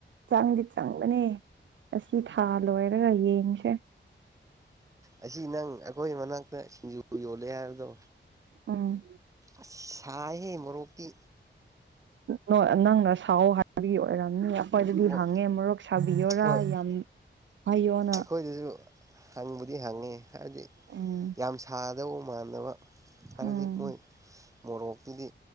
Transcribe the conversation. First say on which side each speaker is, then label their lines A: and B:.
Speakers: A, on the right; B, on the right.
A: ꯆꯪꯗꯤ ꯆꯪꯒꯅꯤ ꯑꯁꯤ ꯊꯥ ꯂꯣꯏꯔꯒ ꯌꯦꯡꯁꯦ
B: ꯑꯁꯤ ꯅꯪ ꯑꯩꯈꯣꯏ ꯃꯅꯥꯛꯇ ꯁꯤꯡꯖꯨ ꯌꯣꯜꯂꯦ ꯍꯥꯏꯕꯗꯣ
A: ꯎꯝ
B: ꯑꯁ ꯁꯥꯏꯍꯦ ꯃꯣꯔꯣꯛꯇꯤ
A: ꯅꯣꯏ ꯅꯪꯅ ꯁꯥꯎꯑꯣ ꯍꯥꯏꯕꯒꯤ ꯑꯣꯏꯔꯝꯅꯤꯗ ꯑꯈꯣꯏꯗꯗꯤ
B: ꯑꯣ
A: ꯍꯪꯉꯦ ꯃꯣꯔꯣꯛ ꯁꯥꯕꯤꯌꯔꯥ
B: ꯍꯣꯏ
A: ꯌꯥꯝ ꯍꯥꯏꯌꯣꯅ
B: ꯑꯩꯈꯣꯏꯗꯁꯨ ꯍꯪꯕꯨꯗꯤ ꯍꯪꯉꯤ ꯍꯥꯏꯕꯗꯤ
A: ꯎꯝ
B: ꯌꯥꯝ ꯁꯥꯗꯧꯕ ꯃꯥꯟꯗꯕ ꯍꯥꯏꯕꯗꯤ
A: ꯎꯝ
B: ꯃꯣꯏ ꯃꯣꯔꯣꯛꯇꯨꯗꯤ